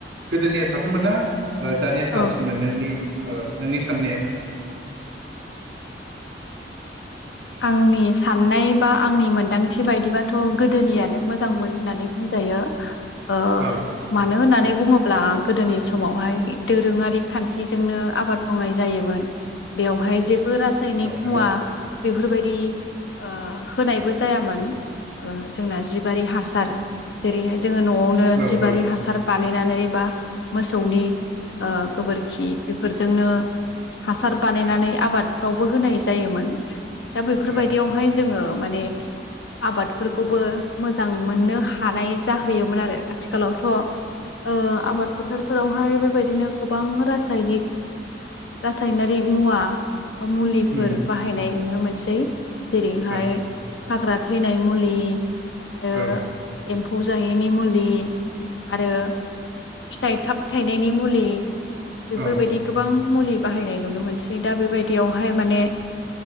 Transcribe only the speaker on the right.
गोदोनिया साबसिनमोनना दानिया
साबसिनमोन नोंनि ओ नोंनि साननायाव
औ
औ नंगौ
औ
औ
औ
उम
औ
औ
औ औ